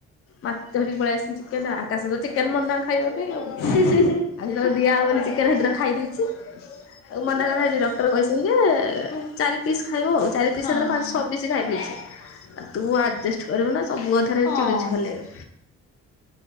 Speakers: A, on the left (about 40°); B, on the left (about 75°).
A: ମାଛ ଧରିକି ପଳେଇ ଆସିିଚନି ଚିକେନ। ଆ-ଆକାଶ ତ ଚିକେନ୍ ମନା ଖାଇବା ପାଇଁ ଆଉ।
B: ହୁଁ ହୁଁ ହୁଁ ହୁ
A: ଆଜିି ତତେ ଦିଆ ହବନି ଚିକେନ୍, ହେଦିନ ଖାଇ ଦେଇ ପିସି, ଆଉ ମନାକରା ହେଇଛି, ଡକ୍ଟର କହିସନ୍ତି ଯେ-ଏ ଚାରି ପିସ୍ ଖାଇବ ଆଉ ଚାରି ସେ
B: ହଁ
A: ସେଦିନ ପାଞ୍ଚ, ଛଅ ପିସି ଖାଇ ଦେଇଛି, ଆଉ ତୁ ଆଡ଼ଜେଷ୍ଟ କରିବୁ ନା, ସବୁ କଥାରେ
B: ହଁ
A: ଚିଡୁଚି ଖାଲି ଏବେ।